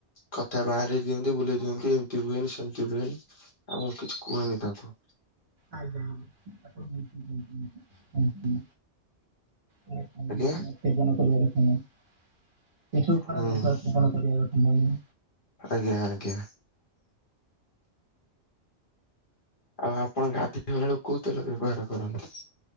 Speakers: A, on the left; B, on the right.
A: କଥା ବାଆଁରେଇ ଦିଅନ୍ତି ବୁଲେଇ ଦିଅନ୍ତି ଏମିତି ହୁଏନି ସେମିତି ହୁଏନି ଆଉ ମୁଁ କିଛି କୁହେନି ତାଙ୍କୁ।
B: ଆଜ୍ଞା ଆଜ୍ଞା ତାଙ୍କୁ ବୁଝାଇ ଦିଅନ୍ତି ସେଗୁଡା
A: ଆଜ୍ଞା
B: ସେବନ କରିବା କଥାନୁହେଁ। ଏସବୁ ଖରା
A: ହୁଁ
B: ଦିନିଶ ସେବନ କରିବା କଥା ନୁହେଁ।
A: ଆଜ୍ଞା ଆଜ୍ଞା। ଆଉ ଆପଣ ଗାଧୋଇ ଗଲା ବେଳକୁ କୋଉ ତେଲ ବ୍ୟବହାର କରନ୍ତି?